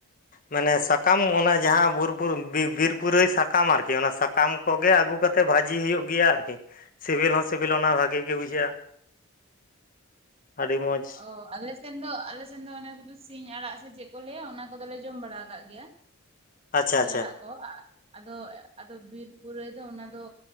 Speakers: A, on the left; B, on the right.
A: ᱢᱟᱱᱮ ᱥᱟᱠᱟᱢ ᱚᱱᱟ ᱡᱟᱦᱟᱸ ᱵᱩᱨ ᱯᱩᱨ ᱵᱤ ᱵᱤᱨ ᱯᱩᱨᱟᱹᱭ ᱥᱟᱠᱟᱢ ᱟᱨᱠᱤ ᱚᱱᱟ ᱥᱟ- ᱠᱟᱢ ᱠᱚᱜᱮ ᱟᱹᱜᱩ ᱠᱟᱛᱮ ᱵᱷᱟᱹᱡᱤ ᱦᱩᱭᱩᱜ ᱜᱮᱭᱟ ᱟᱨᱠᱤ᱾ ᱥᱤᱵᱤᱞ ᱦᱚᱸ ᱥᱤᱵᱤᱞ ᱚᱱᱟ ᱵᱷᱟᱜᱮ ᱜᱮ ᱵᱩᱡᱷᱟᱹᱜᱼᱟ ᱟᱹᱰᱤ ᱢᱚᱡᱽ
B: ᱚ ᱟᱞᱮ ᱟᱞᱮ ᱥᱮᱱ ᱫᱚ ᱟᱞᱮᱥᱮᱱ ᱫᱚ ᱚᱱᱮ ᱥᱩᱫᱷᱩ ᱥᱤᱧ ᱟᱲᱟᱜ ᱥᱮ ᱪᱮᱫ ᱠᱚ ᱞᱟᱹᱭᱟ ᱚᱱᱟ ᱠᱚᱫᱚᱞᱮ ᱡᱚᱢ ᱵᱟᱲᱟ ᱠᱟᱜ ᱜᱮᱭᱟ
A: ᱟᱪᱪᱷᱟ
B: ᱥᱤᱧ
A: ᱟᱪᱪᱷᱟ
B: ᱟᱲᱟᱜ ᱠᱚ ᱟᱫᱚ ᱟᱫᱚ ᱵᱤᱨ <unintelligible> ᱫᱚ ᱚᱱᱟ ᱫᱚ